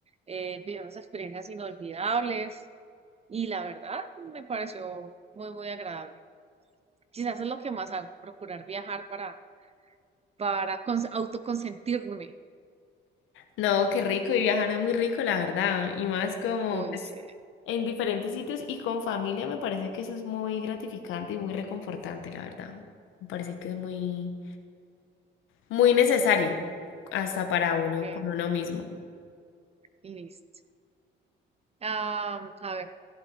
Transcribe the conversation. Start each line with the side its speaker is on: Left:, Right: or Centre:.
Right: eh, vivimos experiencias inolvidables y la verdad me pareció muy, muy agradable. Quizás es lo que más hago, procurar viajar para, para cons- autoconsentirme.
Left: no, qué rico, y viajar es muy rico, la verdad, y más como
Right: Uy,
Left: pues
Right: sí,
Left: en diferentes sitios y con familia me parece que eso es muy gratificante y muy reconfortante, la verdad. Me parece que es muy, muy necesario hasta para uno,
Right: que
Left: con uno mismo.
Right: listo. Ah, a ver.